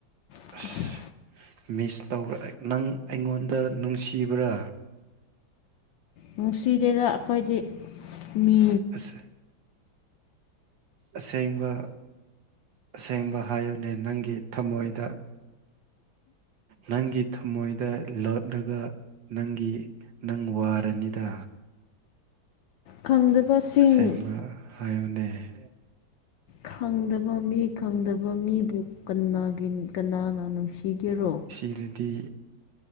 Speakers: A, on the left; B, on the right.
A: <unintelligible>
B: ꯑꯁ ꯃꯤꯁ ꯇꯧꯕ꯭ꯔ ꯅꯪ ꯑꯩꯉꯣꯟꯗ ꯅꯨꯡꯁꯤꯕ꯭ꯔꯥ
A: ꯅꯨꯡꯁꯤꯗꯦꯗ ꯑꯩꯈꯣꯏꯗꯤ ꯃꯤ
B: ꯑꯁ ꯑꯁꯦꯡꯕ ꯑꯁꯦꯡꯕ ꯍꯥꯏꯌꯨꯅꯦ ꯅꯪꯒꯤ ꯊꯝꯃꯣꯏꯗ ꯅꯪꯒꯤ ꯊꯃꯣꯏꯗ ꯂꯠꯂꯒ ꯅꯪꯒꯤ ꯅꯪ ꯋꯥꯔꯅꯤꯗ
A: ꯈꯪꯗꯕꯁꯤꯡ
B: ꯑꯁꯦꯡꯕ ꯍꯥꯏꯌꯨꯅꯦ
A: ꯈꯪꯗꯕ ꯃꯤ ꯈꯪꯗꯕ ꯃꯤꯕꯨ ꯀꯅꯥꯒꯤ ꯀꯅꯥꯅ ꯅꯨꯡꯁꯤꯒꯦꯔꯣ
B: ꯢꯔꯗꯤ